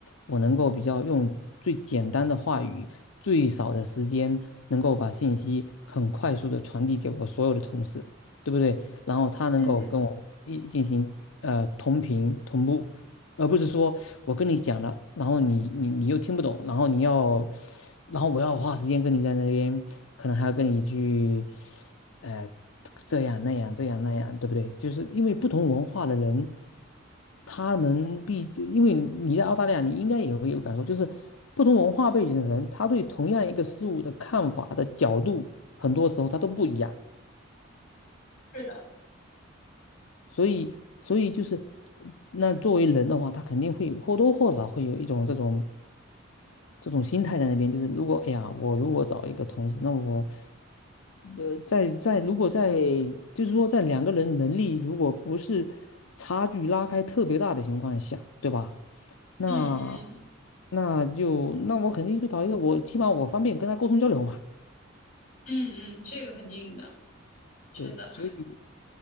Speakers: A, on the left; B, on the left.
A: 我能够比较用最简单的话语，最少的时间，能够把信息很快速的传递给我所有的同事，对不对？然后他能够跟我们一进行呃同频同步，
B: 嗯，
A: 而不是说我跟你讲了，然后你你你又听不懂，然后你要，然后我要花时间跟你在那边，可能还要跟你去，呃，这样那样这样那样，对不对？就是因为不同文化的人，他们必，因为你在澳大利亚，你应该也会有感受，就是不同文化背景的人，他对同样一个事物的看法的角度，很多时候他都不一样，
B: 是的。
A: 所以所以就是。那作为人的话，他肯定会或多或少会有一种这种这种心态在那边，就是如果哎呀，我如果找一个同事，那我呃，在在如果在就是说在两个人能力如果不是差距拉开特别大的情况下，对吧？那
B: 嗯嗯
A: 那就那我肯定就找一个我起码我方便跟他沟通交流嘛。
B: 嗯嗯，这个肯定的，是的。
A: 对，所以